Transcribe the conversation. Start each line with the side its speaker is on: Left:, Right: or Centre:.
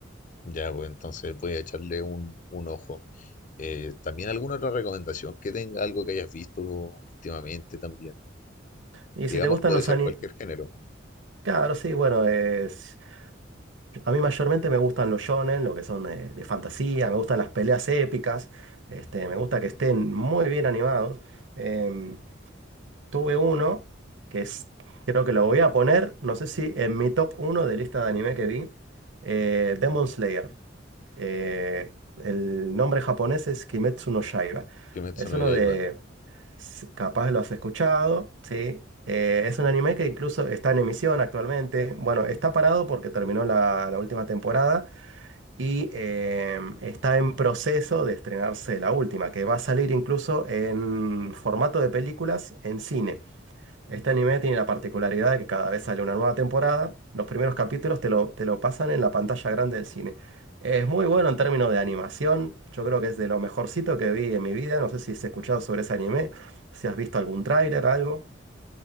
Left: Ya, pues entonces voy a echarle un, un ojo. Eh, también alguna otra recomendación que tenga, algo que hayas visto últimamente también.
Right: Y
Left: Digamos,
Right: si te gustan
Left: puede
Right: los
Left: ser
Right: animes,
Left: cualquier género.
Right: claro, sí, bueno, es... a mí mayormente me gustan los shonen, lo que son de, de fantasía, me gustan las peleas épicas, este, me gusta que estén muy bien animados. Em, tuve uno que es, creo que lo voy a poner, no sé si en mi top uno de lista de anime que vi, eh, Demon Slayer. Eh, el nombre japonés es Kimetsu no Yaiba.
Left: ¿Qué me
Right: Es
Left: sonó
Right: uno
Left: ya
Right: de,
Left: iba.
Right: S- Capaz lo has escuchado, ¿sí? Eh, es un anime que incluso está en emisión actualmente. Bueno, está parado porque terminó la, la última temporada y eh, está en proceso de estrenarse la última, que va a salir incluso en formato de películas en cine. Este anime tiene la particularidad de que cada vez sale una nueva temporada, los primeros capítulos te lo, te lo pasan en la pantalla grande del cine. Es muy bueno en términos de animación, yo creo que es de lo mejorcito que vi en mi vida, no sé si has escuchado sobre ese anime, si has visto algún tráiler, algo.